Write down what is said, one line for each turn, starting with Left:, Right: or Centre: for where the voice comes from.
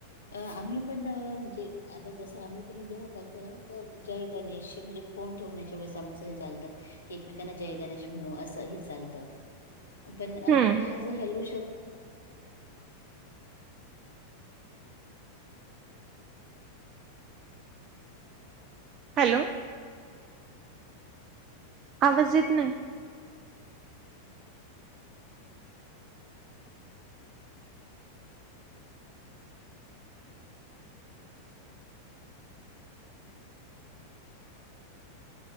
Left: अ आम्ही पण म्हणजे आता जस आम्ही पण जेव्हा करतो ना तर जय गणेश म्हणजे. फोन ठेवण्याच्या वेळेस आमचं हे चालतं की एकमेकांना जय गणेश म्हणू असं हे चालतं. पण
Right: हम्म
Left: हा जो हॅल्लो शब्द.
Right: हॅलो,, आवाज येत नाही.